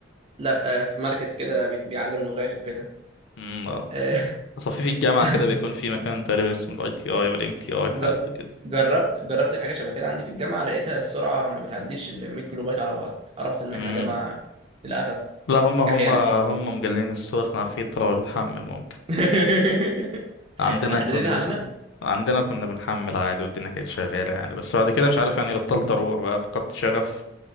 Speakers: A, on the right; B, on the left.
A: لا آه، في مركز كده بيت- بيعلم لغات وكده
B: مم، آه.
A: آه،
B: تصفيف الجامعة
A: <laughs>
B: كده بيكون في مكان تقريبا اسمه الاي تي اي ولا ام تي اي حاجة
A: ج-
B: زي كده
A: جربت جربت حاجة شبه كده عندي في الجامعة لقيتها السرعة ما بتعديش ال 100 كيلو بايت على بعض عرفت إن
B: مم.
A: إحنا جامعة للأسف
B: لا هم هم
A: كحيانة
B: هم مجلين الصورة عشان عارفين الطلبة بتحمل ممكن
A: <laughs>
B: عندنا
A: محددينها
B: كنا
A: علينا
B: عندنا كنا بنحمل عادي والدنيا كانت شغالة يعني بس بعد كده مش عارف يعني بطلت أروح بقى فقدت شغف